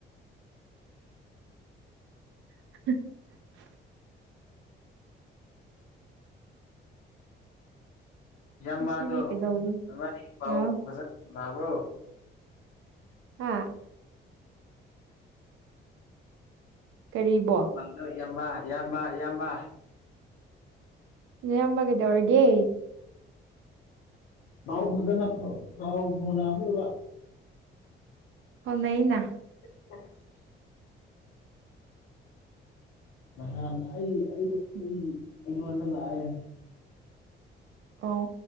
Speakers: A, on the right; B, on the left.
A: <unintelligible>
B: ꯌꯥꯝ
A: ꯉꯁꯤꯗꯤ
B: ꯃꯥꯗꯣ
A: ꯀꯩꯗꯧꯅꯤ
B: ꯋꯥꯔꯤ ꯄꯥꯎ
A: ꯑꯥ
B: ꯐꯖꯅ ꯅꯥꯕ꯭ꯔꯣ
A: ꯍꯥ ꯀꯔꯤꯕꯣ
B: ꯅꯣꯏ ꯏꯌꯥꯝꯕ ꯏꯌꯥꯝꯕ ꯏꯌꯥꯝꯕ
A: ꯅꯌꯥꯝꯕ ꯀꯩꯗꯧꯔꯒꯦ
B: ꯄꯥꯎ ꯐꯖꯅ ꯐꯥ ꯐꯥꯎ ꯐꯥꯎꯅꯕ꯭ꯔꯕ
A: ꯐꯥꯎꯅꯩꯅ
B: <inaudible> ꯅꯍꯥꯟ ꯑꯩ ꯑꯩ
A: ꯎꯝ
B: ꯑꯩꯉꯣꯟꯗꯂꯥꯛꯑꯦ
A: ꯑꯣ